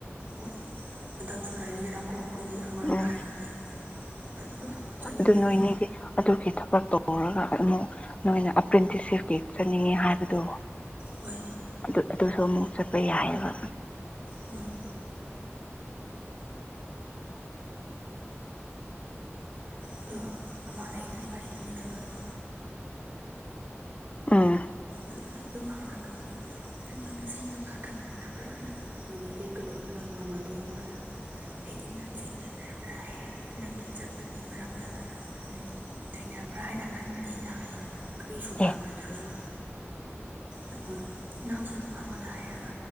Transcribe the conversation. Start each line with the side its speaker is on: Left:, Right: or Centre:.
Right: ꯍꯣꯏ ꯃꯇꯝꯁꯨ ꯂꯩꯔꯤꯗꯅꯀꯣ ꯑꯩꯈꯣꯏꯒꯤ ꯑꯃꯔꯣꯝꯗ
Left: ꯎꯝ
Right: ꯍꯥꯏꯔꯒ ꯑꯗꯨꯒ ꯆꯠꯅꯤꯡꯕꯗꯤ
Left: ꯑꯗꯨ ꯅꯣꯏꯅꯦꯗꯤ ꯑꯗꯨꯒꯤ ꯊꯕꯛ ꯇꯧꯔꯒ ꯑꯃꯨꯛ ꯅꯣꯏꯅ ꯑꯦꯄ꯭ꯔꯦꯟꯇꯤꯁꯁꯤꯞꯀꯤ ꯆꯠꯅꯤꯡꯉꯦ ꯍꯥꯏꯕꯗꯨ
Right: ꯍꯣꯏ
Left: ꯑꯗꯨ ꯑꯗꯨꯁꯨ ꯑꯃꯨꯛ ꯆꯠꯄ ꯌꯥꯏꯑꯕ
Right: ꯍꯣꯏ ꯑꯗꯣ ꯑꯃ ꯂꯩꯒ ꯏꯕꯥꯅꯤ ꯇꯨꯃꯤꯟꯅꯕꯗꯣ
Left: ꯑꯥ
Right: ꯑꯗꯨ ꯑꯗꯨꯝ ꯍꯥꯎꯅꯛꯀꯅꯤ ꯑꯣ ꯉꯁꯥꯏ ꯑꯩꯅ ꯃꯥ ꯈꯪꯅꯤꯡꯅꯕ꯭ꯔꯥ ꯑꯩꯅ ꯑꯩꯣꯟꯅꯗꯤ ꯀꯔꯧꯒꯤ ꯒꯅ ꯇ ꯏꯅ ꯍꯥꯏ ꯍꯥꯏꯗꯤ ꯅꯪꯁꯤꯡꯦꯡꯔꯕ꯭ꯔꯥ ꯍꯥꯏꯔꯦ ꯅꯪꯒꯤ ꯆꯠꯄꯒꯤ ꯃꯔꯝꯗ ꯎꯝ ꯇꯩꯅꯕ꯭ꯔꯥ ꯍꯥꯏꯅ ꯈꯟꯕꯅꯤꯗ ꯍꯥꯏ ꯀꯔꯤꯁꯨ ꯃꯔꯝ
Left: ꯑꯦ
Right: ꯂꯩꯇ꯭ꯔꯁꯨ ꯑꯗꯨꯒ ꯏꯥꯁꯨꯅ ꯃꯥꯡꯉꯣꯟꯗ ꯍꯩꯔꯒ